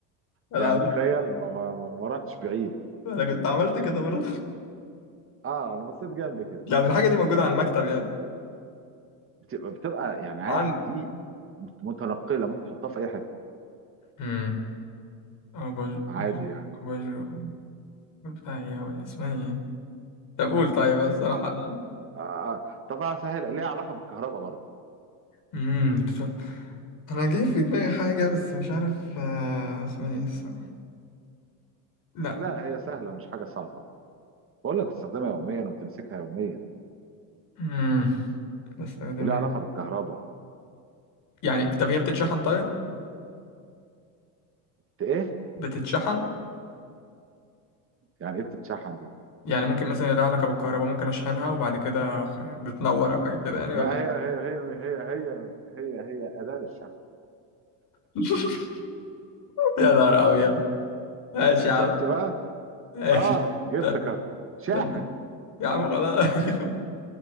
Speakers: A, on the left; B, on the right.
A: انا
B: يعني
A: عملت
B: تخيل ما, ما, ما, ما رحتش بعيد
A: انا كنت عملت كده برضه
B: اه انا بصيت جنبي كده
A: يعني الحاجة دي موجودة على المكتب يعني
B: بتبقى بتبقى يعني عا-
A: عندي
B: دي متنقله ممكن تحطها في اي حته
A: امم أباج...
B: عادي يعني
A: أباجو بتاع ايه هو اسمها ايه طب قول طيب الصراحة انا
B: آه، طب هسهل ليها علاقه بالكهرباء برضه
A: امم انا جاي في دماغي حاجة بس مش عارف آه، اسمها ايه الصراحة لا
B: لا هي سهله مش حاجه صعبه بقول لك بتستخدمها يوميا وبتمسكها يوميا
A: امم بستخدمها
B: وليها علاقه بالكهرباء
A: يعني طب هي بتتشحن طيب
B: بت- ايه
A: بتتشحن
B: يعني ايه بتتشحن دي
A: يعني ممكن مثلا لها علاقة بالكهرباء ممكن أشحنها وبعد كده خ- بتنور أو حاجة كده يعني
B: لا
A: ولا إيه
B: هي هي هي هي هي هي هي اداه للشحن
A: <laughs> يا نهار أبيض ماشي يا
B: شفت
A: عم
B: بقى
A: ماشي
B: اه جبتك
A: ده
B: أهو. شاحن
A: ده ده- يا عم خلاص <laughs>